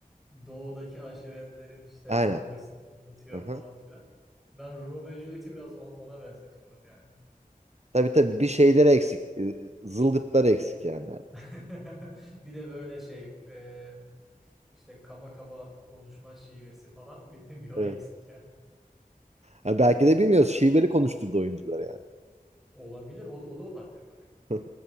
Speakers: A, in the centre; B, on the right (about 45°).
A: doğudaki aşiretlerin işte
B: Aynen.
A: kavgasını anlatıyor
B: Aha.
A: falan filan. Ben Romeo ve Juliet'i biraz on- ona benzetiyorum yani.
B: Tabii tabii bir şeyleri eksik. Ee, Zılgıtları eksik yani neredeyse.
A: <laughs> Bir de böyle şey e, işte kaba kaba konuşma şivesi falan <laughs> bir, bir o
B: Evet.
A: eksik yani.
B: Ha, belki de bilmiyoruz. Şiveli konuşturdu oyuncuları yani.
A: Olabilir o, da- o da olabilir bak.
B: <laughs>